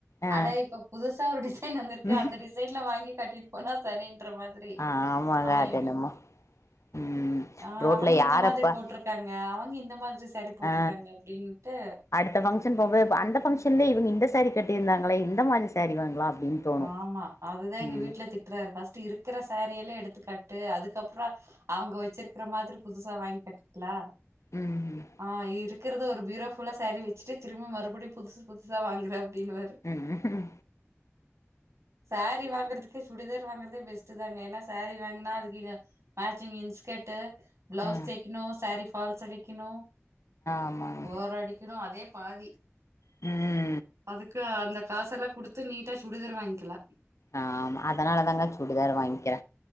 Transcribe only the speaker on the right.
அட இப்ப புதுசா ஒரு டிசைன் வந்திருக்கே
அந்த டிசைன்ல வாங்கி கட்டிட்டு போனா சரின்ற மாரி
ஆயிடு
ஆ
அவங்க இந்த
மாதிரி போட்டிருக்காங்க அவங்க இந்த மாதிரி சேரீ போட்டிருக்காங்க
அப்டினுட்டு
ஆமா அதுதா எங்க
வீட்ல திட்றாரு ஃபர்ஸ்ட் இருக்கிற சேரி எல்லா எடுத்துக்கட்டு அதுக்கப்புற அவங்க வச்சிருக்கிற மாதிரி புதுசா வாங்கிக்கட்டுக்கலா
ஆ இருக்கு இருக்கிறது ஒரு பீரோஃபுல்லா சாரி வச்சுட்டு திரும்ப மறுபடியு புதுசு புதுசாக வாங்குற அப்படின்னுவாரு
சாரி வாங்குறதுக்கே சுடிதார் வாங்குறதே பெஸ்ட் தாங்க ஏன்னா சாரீ வாங்கனா அதுக்கு மேட்சிங் இன் ஸ்கர்ட்டு பிளவுஸ்
தைக்கணு சேரீ ஃபால்ஸ் அடிக்கணு
ஓர‌ அடிக்கனு அதே பாதி
அதுக்கு அந்த காசெல்லா குடுத்து நீட்டா சுடிதாரு வாய்ங்க்கலா